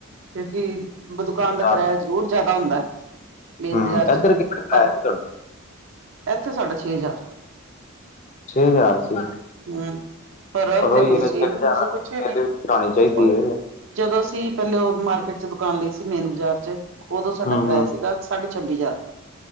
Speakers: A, on the right; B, on the left.
A: ਕਿਉਂਕਿ ਦੁਕਾਨ
B: ਬਾਜ਼ਾਰ
A: ਦਾ ਕਿਰਾਇਆ ਜ਼ਰੂਰ ਜਿਆਦਾ ਹੁੰਦਾ। ਮੇਨ
B: ਹੂੰ,
A: ਬਾਜ਼ਾਰ
B: ਇੱਧਰ
A: ਚ
B: ਕਿੰਨੇ
A: ਪਰ
B: ਪਾਇਆ ਸੀ ਤੁਹਾਡੇ
A: ਇੱਥੇ ਸਾਡਾ ਛੇ ਹਜ਼ਾਰ।
B: ਛੇ ਹਜ਼ਾਰ ਸੀ।
A: ਹੂੰ, ਪਰ ਉਥੇ
B: ਉਹੀ
A: ਕੋਈ
B: ਹੈ
A: ਚੀਜ਼
B: ਛੇ
A: ਨਹੀਂ
B: ਹਜ਼ਾਰ
A: ਸੀ। ਕੁਛ
B: ਸੈਲਰੀ
A: ਨਹੀ
B: ਵੀ ਘਟਾਣੀ ਚਾਹੀਦੀ ਹੈ।
A: ਜਦੋਂ ਅਸੀਂ ਪਹਿਲੇ ਉਹ ਮਾਰਕੀਟ ਚ ਦੁਕਾਨ ਲਈ ਸੀ। ਮੇਨ ਬਾਜ਼ਾਰ ਚ, ਉਦੋਂ
B: ਹੂੰ,
A: ਸਾਡਾ ਕਿਰਾਇਆ
B: ਹੂੰ
A: ਸੀਗਾ। ਸਾਢੇ ਛੱਬੀ ਹਜ਼ਾਰ